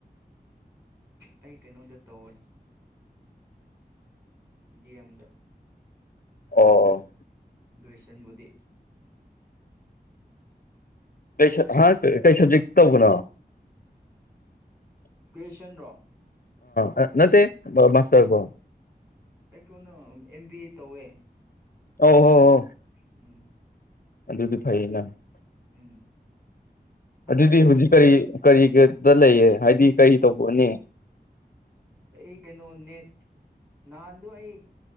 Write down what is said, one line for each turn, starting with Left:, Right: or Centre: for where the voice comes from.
Right: ꯑꯩ ꯀꯩꯅꯣꯗ ꯇꯧꯋꯦ ꯑꯦꯝꯗ
Left: ꯑꯣ ꯑꯣ
Right: ꯭ꯔꯤꯁꯟꯕꯨꯙ
Left: ꯀꯩ ꯀꯩ ꯁꯕꯖꯦ ꯇꯧꯕꯅꯣ
Right: ꯀ꯭ꯔꯤꯁꯟ꯭ꯔꯣ
Left: ꯑ ꯅꯠꯇꯦ ꯃꯁꯕ
Right: ꯑꯩꯈꯣꯟꯅ ꯑꯦꯝ ꯕꯤ ꯑꯦ ꯇꯧꯋꯦ
Left: ꯑ ꯍ ꯍ
Right: ꯎꯝ
Left: ꯑꯗꯨꯗꯤ ꯐꯩꯌꯦꯅꯪ
Right: ꯎꯝ ꯈꯪꯗ꯭ꯔꯦ
Left: ꯑꯗꯨꯗꯤ ꯍꯧꯖꯤꯛ ꯀꯔꯤ ꯀꯔꯤꯒꯤꯗ ꯂꯩꯌꯦ ꯍꯥꯏꯗꯤ ꯀꯔꯤ ꯇꯧꯕꯅꯦ
Right: ꯑꯩ ꯀꯩꯅꯣ ꯅꯦꯠ ꯅꯍꯥꯟꯗꯣ ꯑꯩ